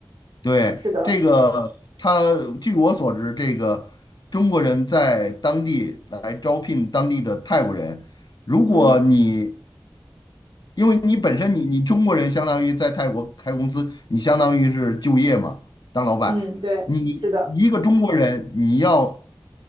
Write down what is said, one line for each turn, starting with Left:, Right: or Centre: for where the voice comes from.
Left: 对，
Right: 是的，
Left: 这个，他据我所知，这个中国人在当地来招聘当地的泰国人。如果你，
Right: 嗯
Left: 因为你本身你你中国人相当于在泰国开公司，你相当于是就业嘛，当老板。
Right: 嗯，对，
Left: 你一个中国人，
Right: 是的，
Left: 你要